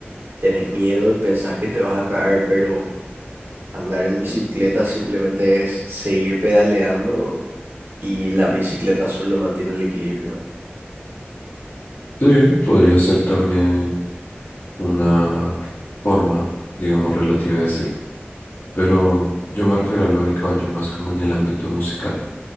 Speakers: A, on the right; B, on the left.
A: tenés miedo y pensás que te vas a caer, pero andar en bicicleta simplemente es seguir pedaleando y la bicicleta solo mantiene el equilibrio.
B: Sí, podría ser también una forma, digamos, relativa de decirlo. Pero yo me refiero a lo del caballo más como en el ámbito musical.